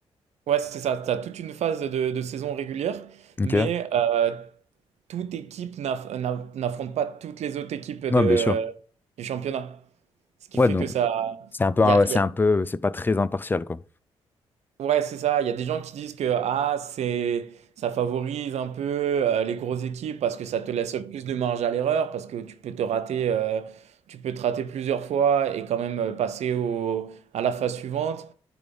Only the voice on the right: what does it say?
Ouais, c'est ça. Tu as toute une phase de, de saison régulière,
mais euh, toute équipe n'aff- n'a- n'affronte pas toutes les autres équipes de,
du championnat. Ce qui
fait
que ça.
Il
y a,
Ouais, c'est ça. Il y a des gens qui disent que ah, c'est ça favorise un peu euh, les grosses équipes parce que ça te laisse plus de marge à l'erreur, parce que tu peux te rater, euh, tu peux te rater plusieurs fois et quand même euh, passer au, à la phase suivante.